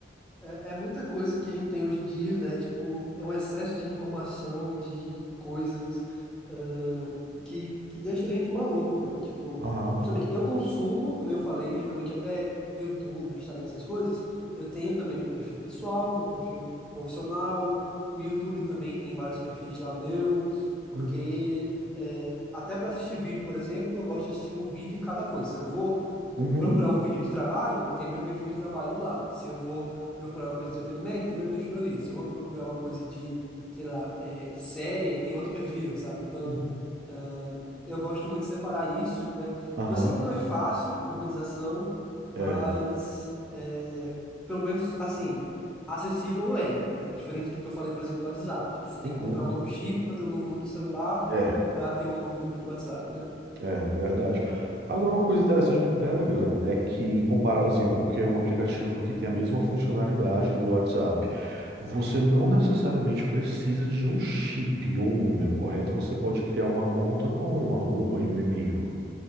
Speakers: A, in the centre; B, on the right.
A: É, é muita coisa que a gente tem hoje em dia, né? Tipo, é um excesso de informação e de coisas, ahn, que, que deixa a gente maluco, né? Tipo,
B: Aham.
A: justamente, eu consumo, como eu falei, geralmente até YouTube, Instagram, essas coisas. Eu tenho também meu perfil pessoal, meu perfil profissional. O YouTube também tem vários perfis lá meu, porque
B: Uhum.
A: é, até para assistir vídeo, por exemplo, eu gosto de assistir um vídeo em cada coisa. Se eu vou
B: Uhum.
A: procurar um vídeo de trabalho, tem meu perfil de trabalho lá. Se eu vou procurar uma coisa de entretenimento, tem meu perfil ali. Se eu vou procurar uma coisa de, sei lá, é, série, aí tem outro <laughs> perfil, sabe? Então,
B: Uhum.
A: ah, eu gosto muito de separar isso, né?
B: Aham.
A: Eu sei que não é fácil a organização, mas
B: É.
A: é, pelo menos assim. Acessível é, né? Diferente do que eu falei, por exemplo, do WhatsApp, que você tem
B: Uhum.
A: que comprar um novo chip para ter um novo número de celular,
B: É.
A: para ter um novo número de WhatsApp, né?
B: É, verdade. Agora, uma coisa interessante do Telegram é que, comparado assim, porque é um aplicativo que tem a mesma funcionalidade do WhatsApp, você não necessariamente precisa de um chip ou um número, correto? Você pode criar uma conta com um arroba e um e-mail.